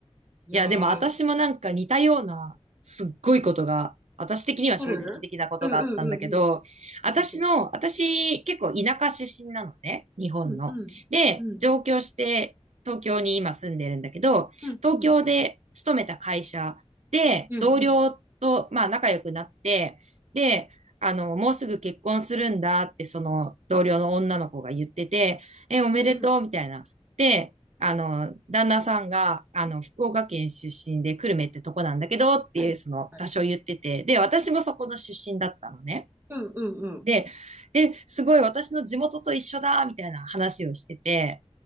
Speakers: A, on the right (about 20°); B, on the right (about 85°).
A: いやー、
B: いや、でも私もなんか似たような、すっごいことが、私的には衝撃的なことがあったんだけど、
A: あるうんうんうんうん。
B: 私の、
A: 教えて。
B: 私結構田舎出身なのね、日本の。
A: うんうん。
B: で、
A: うん
B: 上京して東京に今住んでるんだけど、
A: うんうん。
B: 東京で勤めた会社で同僚と、
A: うんうん。
B: まあ仲良くなって、で、あの、もうすぐ結婚するんだって、その同僚の女の子が言ってて、え、おめでとうみたいな。
A: うんうん。
B: で、あの、旦那さんが、あの、福岡県出身で、久留米ってとこなんだけど、っていう、
A: はいはい
B: その場所を言ってて、で、私もそこの出身だったのね。
A: うんうんうん
B: で、で、すごい私の地元と一緒だ、みたいな話をしてて、